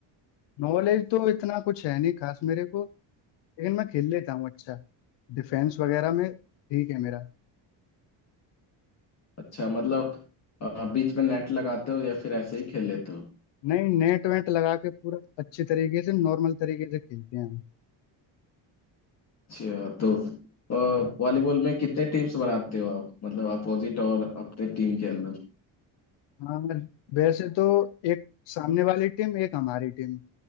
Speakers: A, on the left; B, on the left.
A: नॉलेज तो इतना कुछ है नहीं खास मेरे को लेकिन मैं खेल लेता हूँ अच्छा डिफेंस वगैरह में ठीक है मेरा
B: अच्छा मतलब अ, बीच में नेट लगाते हो या फिर ऐसे ही खेल लेते हो
A: नहीं नेट वेट लगा के पूरा अच्छे तरीके से नॉर्मल तरीके से खेलते हैं हम
B: अच्छा तो अ, वॉलीबॉल में कितने टीम्स बनाते हो आप मतलब अपोजिट और अपने टीम के अंदर
A: हाँ वैसे तो एक सामने वाली टीम एक हमारी टीम